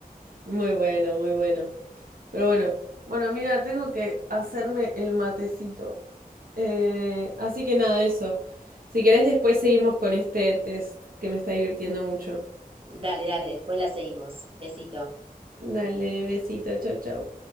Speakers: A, on the right; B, on the right.
A: Muy bueno, muy bueno. Pero bueno, bueno, amiga, tengo que hacerme el matecito. Eh, así que nada, eso. Si querés, después seguimos con este test que me está divirtiendo mucho.
B: Dale, dale, después la seguimos. Besito.
A: Dale, besito, chau, chau.